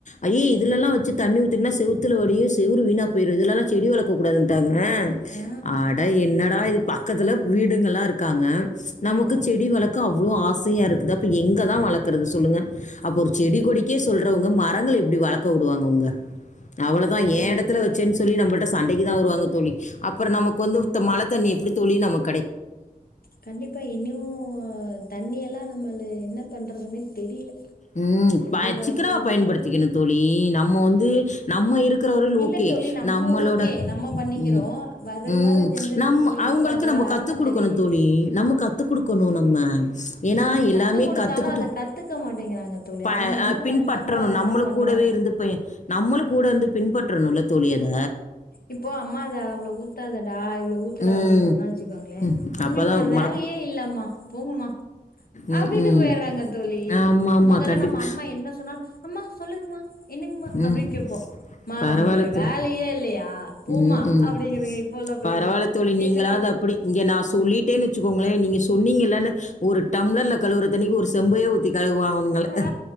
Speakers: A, on the left; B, on the left.
A: அய்ய
B: அ
A: இதுலல்லா வச்சு தண்ணி ஊத்துன்னா செவுத்துல வடியு செவுரு வீணா போயிரு இதுலெல்லா செடி வளக்கக்கூடாதுன்ட்டாங்க
B: ஆ
A: அட என்னடா இது பக்கத்துல வீடுங்கெல்லா இருக்காங்க நமக்கு
B: ஆ
A: செடி வளக் க்கு அவ்ளோ ஆசையா இருக்குது அப்ப எங்கதா வளக்கறது சொல்லுங்க அப்ப ஒரு செடி கொடிக்கே சொல்றவங்க மர மரங்கள் எப்டி வளக்க விடுவாங்க அவுங்க அவ்ளோதா
B: அப்படிலாம்
A: ஏ
B: இல்ல
A: எடத்துல
B: தோழி.
A: வச்சேன்னு சொல்லி நம்ப சண்டைக்கு தா வருவங்க தோழி அப்புற நமக் வந்து ஊத்த மழ தண்ணி எப்படி தோழி நமக்
B: கண்டிப்பா இன்னியு தண்ணி எல்லா நம்மளு என்ன பண்றதுன்னே தெரியில்ல
A: ம்
B: எப்படி
A: ப
B: வரப்போது
A: சிக்கனமாக பயன்படுத்திக்கணும்
B: பண்
A: தோழி நம்ம வந்து நம்ம இருக்கறவரையில்
B: இல்ல
A: ஓகே
B: தோழி நம்ம
A: நம்மளோட
B: ஓகே நம்ம பண்ணிக்கிறோ
A: ம்
B: வருங்கால
A: ம்
B: ஜென்ரேஷன்
A: நம்
B: புள்ளைங்களுக்கு
A: அவ்ங்களுக்
B: அதோட
A: க்கு நம்போ
B: அரும
A: கத்து குடுக்கணும்
B: தெரியலையே
A: தோழி நம்ம கத்துக் குடுக்கணு நம்ம ஏன்னா
B: நம்ம
A: எல்லாமே
B: கத்து குடுத்தாலு
A: கத்துக்கிட்
B: அத கத்துக்க மாட்டேங்கிறாங்க தோழி
A: ப்
B: அவங்க என்ன
A: அ பின்பற்றணு
B: பண்றாங்களோ அததா
A: நம்மளு
B: பண்றாங்க
A: கூடவே இருந்து நம்மளு கூட இருந்து பின்பற்றணுல்ல தோழி அத
B: இப்போ அம்மா அத அவ்வளவு ஊத்தாதடா இவ்வளவு ஊத்துடா
A: ம்
B: அப்படின்னம்ன வச்சுக்கோங்களே
A: ம்
B: உங்களுக்
A: அப்போ தான்
B: வேற வேலையே
A: மடப்பா
B: இல்லம்மா போங்கமா
A: ம்
B: அப்டின்ட்டு
A: ம்
B: போய்யறாங்க தோழி ஏ
A: ஆமா ஆமா
B: மொதல்ல
A: கண்டிப்பா
B: நம்ம அம்மா என்ன சொன்னால் அம்மா சொல்லுங்மா என்னங்மா
A: ம்
B: அப்டின் கேப்போ மா
A: பரவால்ல
B: உனக்கு வேற
A: தோழி
B: வேலையே இல்லையா போமா
A: ம் ம்
B: அப்டிங்குதுங்க இப்ப உள்ள புள்ளைங்க
A: பரவால்ல தோழி நீங்களா
B: என்ன பண்றது
A: த ப்படி இங்க நா சொல்லிட்டேன் வச்சுக்கோங்களே நீங்க சொன்னீங்கலேன்னு ஒரு டம்ளர்ல கழுவுறத்தண்ணிக்கு ஒரு செம்பைய ஊத்தி கழுவாங்கல
B: அ